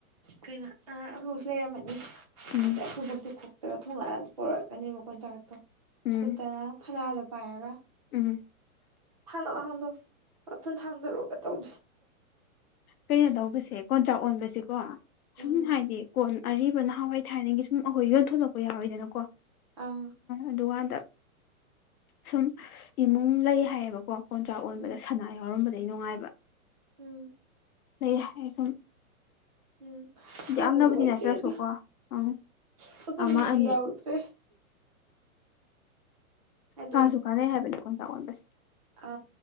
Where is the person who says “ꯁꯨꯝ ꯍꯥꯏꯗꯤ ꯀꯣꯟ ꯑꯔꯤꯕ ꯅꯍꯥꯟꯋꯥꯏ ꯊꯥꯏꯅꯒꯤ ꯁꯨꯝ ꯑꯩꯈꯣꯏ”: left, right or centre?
Left